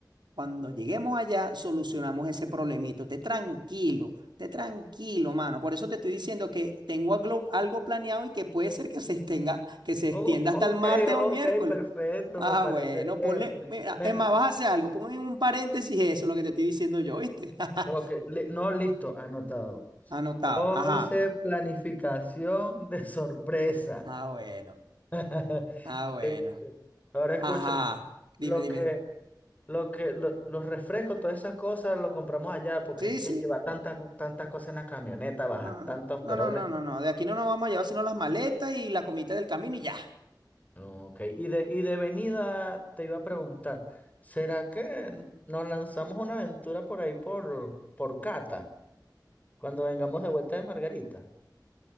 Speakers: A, on the right; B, on the left.
A: Cuando lleguemos allá, solucionamos ese problemito. Esté tranquilo, esté tranquilo, mano. Por eso te estoy diciendo que tengo algo, algo planeado y que puede ser que se extenga, que se
B: Oh,
A: extienda
B: ok,
A: hasta el martes o
B: ok,
A: el miércoles.
B: perfecto,
A: Ah,
B: me parece
A: bueno,
B: bien.
A: ponle,
B: Me-
A: mira,
B: me-
A: es más, vas a hacer algo, pon en un paréntesis eso, lo que te estoy diciendo yo, ¿viste? <laughs>
B: ok, li- no, listo, anotado.
A: Anotado.
B: José,
A: Ajá.
B: planificación de sorpresa.
A: Ah, bueno.
B: <laughs> Qué
A: Ah, bueno.
B: bien, qué bien. Ahora escúchame,
A: Ajá. Dime,
B: lo
A: dime,
B: que,
A: dime.
B: lo que, lo- los refrescos, todas esas cosas, lo compramos allá porque
A: Sí,
B: es que
A: sí.
B: lleva tantas,
A: No,
B: tantas cosas en la camioneta, baja
A: no, no,
B: tantos
A: no,
B: peroles.
A: no, no, no, no. no, De aquí no nos vamos a llevar sino las maletas y la comida del camino y ya.
B: Ok, y de, y de venida te iba a preguntar, ¿será que nos lanzamos una aventura por ahí por, por Cata? Cuando vengamos de vuelta de Margarita.